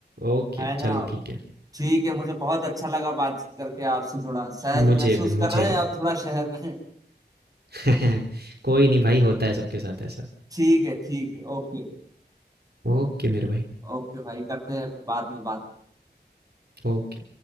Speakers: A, on the right (about 65°); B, on the right (about 20°).
A: ओके,
B: है ना
A: चलो ठीक है।
B: ठीक है मुझे बहुत अच्छा लगा बातचीत करके आपसे थोड़ा सहज
A: मुझे
B: महसूस
A: भी, मुझे
B: कर रहे
A: भी।
B: हैं आप थोड़ा शहर में
A: <laughs> कोई नहीं भाई, होता है सबके साथ ऐसा।
B: ठीक है ठीक है ओके
A: ओके मेरे भाई,
B: ओके भाई करते हैं बाद में बात
A: ओके।